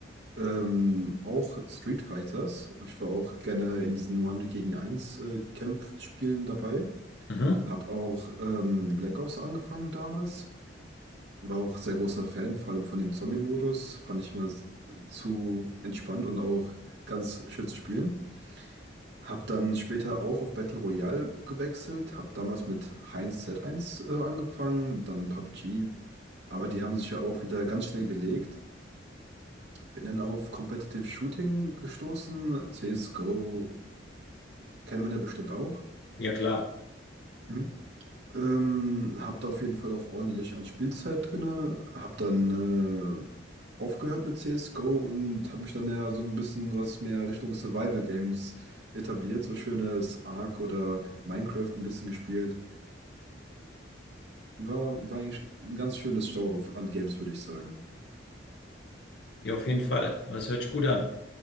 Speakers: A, on the right; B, on the left.
A: ähm, auch Street Fighters. Ich war auch gerne in diesen One gegen Eins äh, Kampfspielen dabei.
B: Mhm.
A: Hab auch ähm, Black Ops angefangen damals. War auch sehr großer Fan, vor allem von dem Zombie-Modus. Fand ich immer s- zu entspannt und auch ganz schön zu spielen. Hab dann später auch auf Battle Royale gewechselt, hab damals mit Heinz z eins äh, angefangen, dann PUBG, aber die haben sich ja auch wieder ganz schnell gelegt. Bin dann auf Competitive Shooting gestoßen, CSGO kennt man ja bestimmt auch.
B: Ja, klar.
A: Hm? Ähm, hab da auf jeden Fall auch ordentlich an Spielzeit drinne, hab dann äh, aufgehört mit CSGO und hab mich dann ja so ein bisschen was mehr Richtung Survival Games etabliert, so schönes Ark oder Minecraft ein bisschen gespielt. War, war eigentlich ein ganz schönes Genre an Games, würde ich sagen.
B: Ja, auf jeden Fall. Das hört sich gut an.